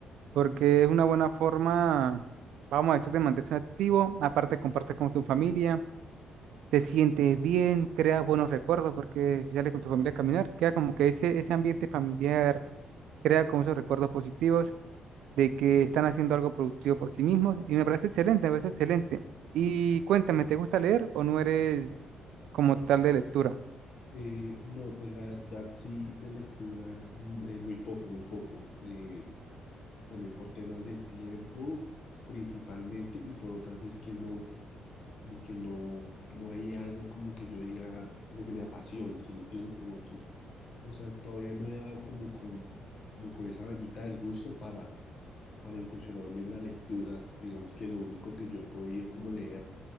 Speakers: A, on the right; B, on the left.
A: porque es una buena forma, vamos a decir, de mantenerse activo, aparte compartes con tu familia te sientes bien, creas buenos recuerdos, porque si sales con tu familia a caminar, queda como que ese, ese ambiente familiar, crea como esos recuerdos positivos de que están haciendo algo productivo por sí mismos, y me parece excelente, me parece excelente. Y cuéntame, ¿te gusta leer o no eres como tal de lectura?
B: Eh, no, pues la verdad sí, de lectura mm, eh, muy poco, muy poco. Eh, también por temas de tiempo principalmente y por otras es que no, como que no, no hay algo como que yo diga, como que me apasione, ¿sí me entiendes? Como que, o sea, todavía no he dado como con, como con esa venita del gusto para, para incursionar también en la lectura. Digamos que lo único que yo he podido como leer